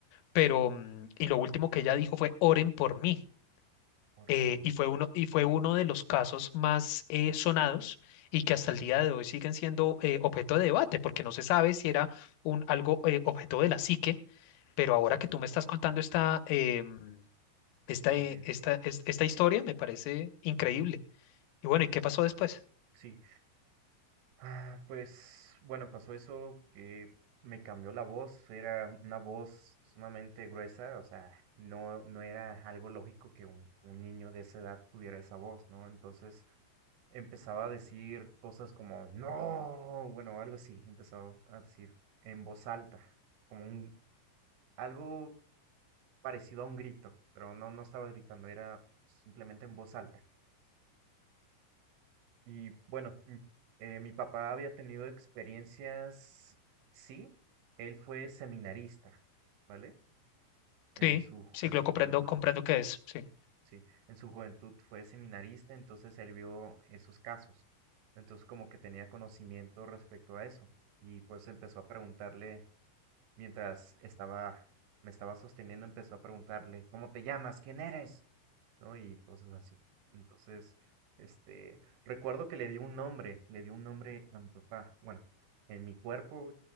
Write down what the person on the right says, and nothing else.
oren
por mí.
ajá,
Sí,
historia,
sí. Ah, pues, bueno, pasó eso que me cambió la voz, era una voz sumamente gruesa, o sea, no, no era algo lógico que un, un niño de esa edad tuviera esa voz, ¿no? Entonces, empezaba a decir cosas como no, bueno, algo así, empezó a decir en voz alta, como un algo parecido a un grito, pero no no estaba gritando, era simplemente en voz alta. Y bueno, mm, eh, mi papá había tenido experiencias, sí, él fue seminarista, ¿vale? En
su
en
su
juventud.
Sí, en su juventud fue seminarista, entonces él vio esos casos. Entonces como que tenía conocimiento respecto a eso y pues empezó a preguntarle, mientras estaba, me estaba sosteniendo, empezó a preguntarle, ¿cómo te llamas? ¿Quién eres? ¿No? Y cosas así. Entonces, este, recuerdo que le di un nombre, le di un nombre a mi papá. Bueno, en mi cuerpo